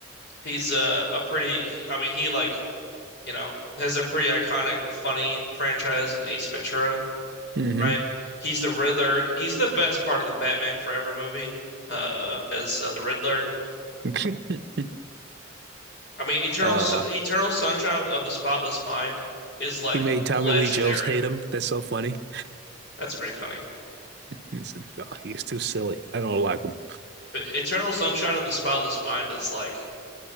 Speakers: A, on the left; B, on the right.
A: He's uh, a pretty, he, I mean, he like, you know, has a pretty iconic, funny franchise in Ace Ventura,
B: mind.
A: right? He's the Riddler. He's the best part of the Batman Forever movie, uh, as uh, the Riddler.
B: hmm <laughs>
A: I mean, Eternal
B: Uh,
A: S- Eternal Sunshine of, of the Spotless Mind is like
B: he made
A: legendary.
B: Tommy Lee Jones hate him. That's so funny. <laughs>
A: That's pretty funny.
B: He said, "Oh, he's too silly. I don't like him.
A: But Eternal Sunshine
B: <laughs>
A: of the Spotless Mind is like